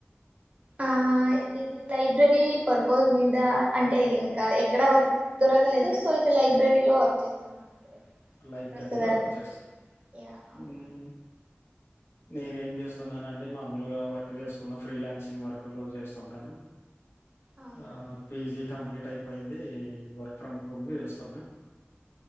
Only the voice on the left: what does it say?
లైబ్రరీలో
వర్క్ చేస్తావ్
ఊ నేనేం చేస్తున్నానండి మామూలుగా వర్క్ చేసుకున్న ఫ్రీలాన్సింగ్ వర్క్ లో చేస్తుంటాను.
ఆ
పిజి కంప్లీ టైప్పోయింది వర్క్ ఫ్రమ్ హోమ్ గా ఏస్తున్నా